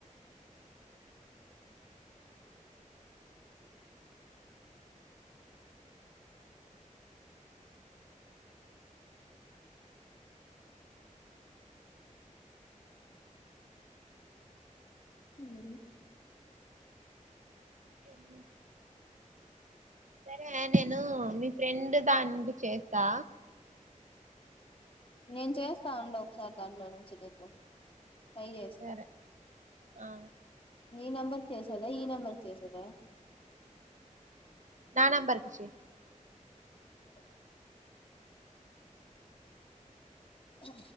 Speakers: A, on the left; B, on the right.
A: ఉమ్
B: కేమైంది. సరే నేను మీ ఫ్రెండ్ దానికి చేస్తా.
A: నేను చేస్తా ఉండు ఒకసారి దాంట్లో నుంచి నీకు. ట్రై చేస్తా.
B: సరే ఆ
A: నీ నెంబర్ కి చేసెదా ఈ నంబర్ కి చేసెదా.
B: నా నెంబర్కిచేయి.
A: ఓ అ